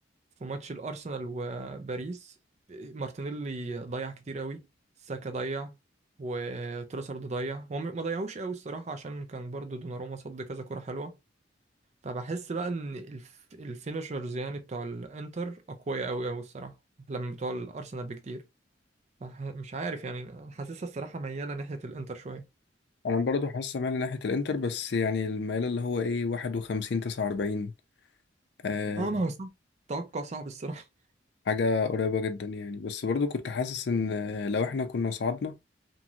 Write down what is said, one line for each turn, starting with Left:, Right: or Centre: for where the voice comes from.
Right: في ماتش الارسنال وباريس مارتينيلي ضيع كتير قوي ساكا ضيع وتروسارد ضيع هم ما ضيعوش قوي الصراحه عشان كان برضو دوناروما صد كذا كره حلوه فبحس بقى ان الف... الفينشرز يعني بتوع الانتر اقوياء قوي قوي الصراحه لما بتوع الارسنال بكتير فح- مش عارف يعني حاسسها الصراحه مياله ناحيه الانتر شويه
Left: أنا برضه حاسس مايل ناحية الإنتر بس يعني الميل اللي هو إيه واحد وخمسين تسعة وأربعين أه
Right: اه ما هو صعب توقع صعب الصراحه
Left: حاجة قريبة جدا يعني بس برضو كنت حاسس ان لو احنا كنا صعدنا